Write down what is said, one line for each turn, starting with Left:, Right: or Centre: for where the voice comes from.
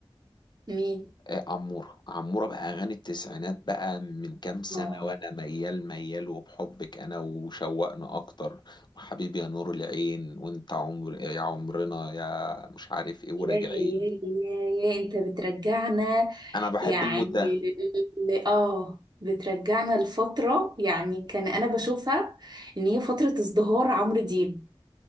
Right: مين
Left: آه، عمورة عمورة بقى أغاني التسعينات بقى من كام سنة
Right: اه
Left: وأنا ميال ميال وبحبك أنا وشوقنا أكتر وحبيبي يا نور العين وأنت عمر يا عمرنا يا مش عارف إيه وراجعين
Right: يا يا يا يا انت بترجعنا
Left: أنا بحب
Right: يعني
Left: المود ده
Right: ل- ل- اه بترجعنا لفترة يعني كان انا بشوفها ان هي فترة ازدهار عمرو دياب